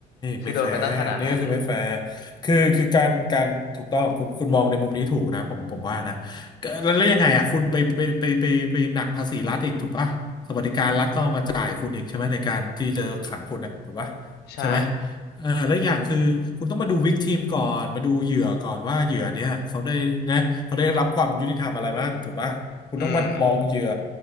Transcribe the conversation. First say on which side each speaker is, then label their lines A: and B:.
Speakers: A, on the left (about 75°); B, on the left (about 25°).
A: คือโดนไปตั้งขนาดนั้น
B: ไม่แฟร์นี่ก็คือไม่แฟร์คือคือการการถูกต้องคุณคุณมองในมุมนี้ถูกนะผมผมว่านะก็แล้วแล้วยังไงอ่ะคุณไปไปไปไปไปหนักภาษีรัฐอีกถูกปะสวัสดิการรัฐต้องเอามาจ่ายคุณอีกใช่ไหมในการที่จะขังคุณนะถูกปะ
A: ใช่
B: ใช่ไหมเออแล้วอย่างคือคุณต้องมาดูวิกทีมก่อนมาดูเหยื่อก่อนว่าเหยื่อเนี่ยเขาได้นะเขาได้รับความยุติธรรมอะไรบ้างถูกปะคุณต้องมามองเหยื่อ
A: อืม